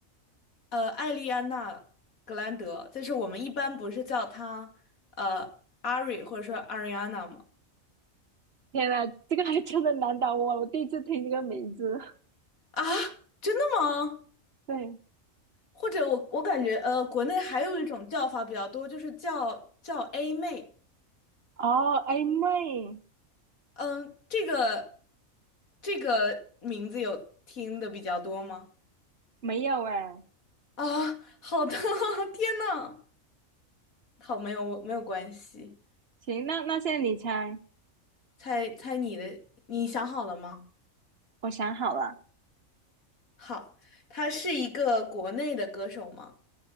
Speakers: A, on the left (about 90°); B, on the right (about 50°).
A: 呃，艾丽安娜·格兰德，就是我们一般不是叫她呃 Ari 或者说 Ariana 吗？
B: 天呐，这个还真的难倒我，我第一次听这个名字。
A: 啊，真的吗？
B: 对，
A: 或者我我感觉呃，国内还有一种叫法比较多，就是叫叫 A 妹，
B: 哦，a 妹
A: 嗯，这个这个名字有听的比较多吗？
B: 没有哎。
A: 啊，好的，<laughs> 天呐，好，没有没有关系，
B: 行，那那现在你猜，
A: 猜猜你的，你想好了吗？
B: 我想好了。
A: 好，他是一个国内的歌手吗？